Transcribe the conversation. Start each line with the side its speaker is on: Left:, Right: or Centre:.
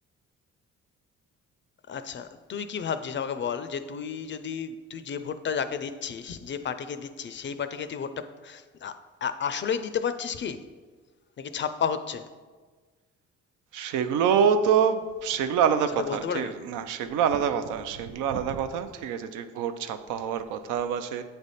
Left: আচ্ছা তুই কি ভাবছিস আমাকে বল যে তুই যদি তুই যে ভোটটা যাকে দিচ্ছিস যে পার্টিকে দিচ্ছিস সেই পার্টিকে তুই ভোটটা আ- আ- আসলেই দিতে পারছিস কি নাকি ছাপ্পা হচ্ছে
Right: সেগুলো তো সেগুলো আলাদা
Left: সেটা
Right: কথা
Left: বলতে পারবি
Right: ঠিক না সেগুলো আলাদা কথা সেগুলো আলাদা কথা ঠিক আছে যে ভোট ছাপ্পা হওয়ার কথা বা সে